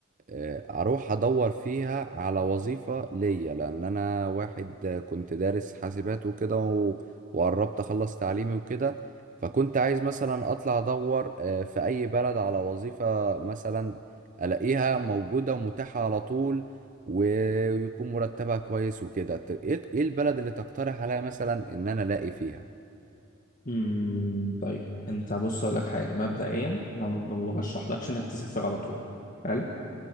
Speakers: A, on the right (about 35°); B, on the left (about 40°).
A: آه، اروح ادور فيها على وظيفة ليا لان انا واحد آه، كنت دارس حاسبات وكده و- وقربت اخلص تعليمي وكده فكنت عايز مثلا اطلع ادور آه، في اي بلد على وظيفة مثلا الاقيها موجودة ومتاحة على طول ويكون مرتبها كويس وكده ت- ايه إيه البلد اللي تقترح عليا مثلا ان انا الاقي فيها
B: م، طيب انت بص اقول لك حاجه مبدئيا انا ما برشحلكش انك تسافر على طول حلو